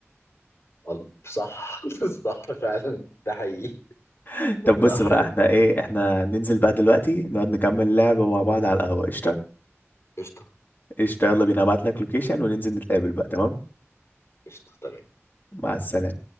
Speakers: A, on the left (about 65°); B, on the left (about 40°).
A: قلب صح <laughs> صح فعلا ده حقيقي
B: <laughs> طب
A: لا
B: بص
A: حلوة
B: بقى احنا ايه احنا ننزل بقى دلوقتي نقعد نكمل اللعبة مع بعض على القهوة قشطة
A: قشطة
B: قشطة يلا بينا ابعت لك لوكيشن وننزل نتقابل بقى تمام
A: قشطة تمام
B: مع السلامة